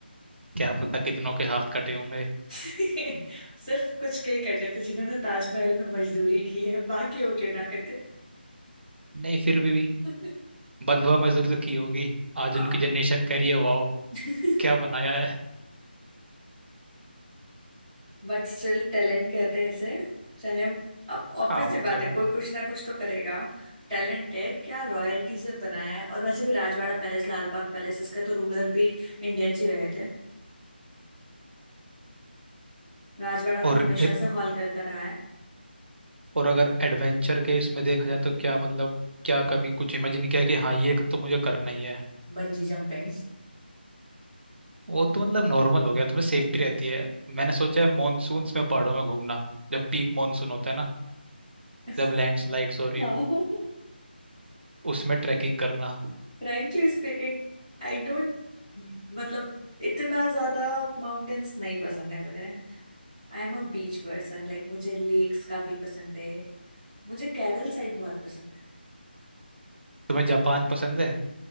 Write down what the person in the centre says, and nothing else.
<laughs> सिर्फ कुछ कई कटे थे जिन्होंने ताजमहल में मजदूरी की है बाकी होके ना कटे
<laughs>
हाँ
<laughs>
बट स्टिल टैलेंट कहते हैं इसे चाहे अब ऑब्वियस
सी
बात है
कोई कुछ ना कुछ तो करेगा टैलेंट है क्या रॉयल्टी से बनाया है और वैसे भी राजवाड़ा पैलेस लाल बाग पैलेस इसका तो रूलर भी इंडियंस ही रहे थे राजवाड़ा तो
हमेशा से हॉल करता रहा है
Bungee jumping
<laughs>
हाँ
<laughs>
फ्रैंकली स्पीकिंग आई डोंट मतलब इतना ज्यादा माउंटेन्स नहीं पसंद है मुझे I am a beach person like मुझे लेक्स काफी पसंद है मुझे केरल साइड बहुत पसंद है